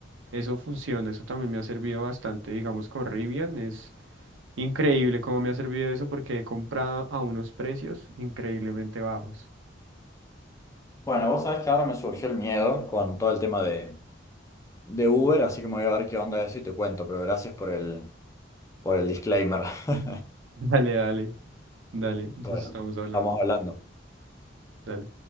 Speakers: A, on the right; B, on the left.
A: Eso funciona, eso también me ha servido bastante, digamos, con Rivian. Es increíble cómo me ha servido eso porque he comprado a unos precios increíblemente bajos.
B: Bueno, vos sabés que ahora me surgió el miedo con todo el tema de, de Uber, así que me voy a ver qué onda de eso y te cuento, pero gracias por el, por el disclaimer. <laughs>
A: <laughs> Dale, dale, dale, nos
B: Bueno,
A: estamos hablando.
B: estamos hablando.
A: Dale.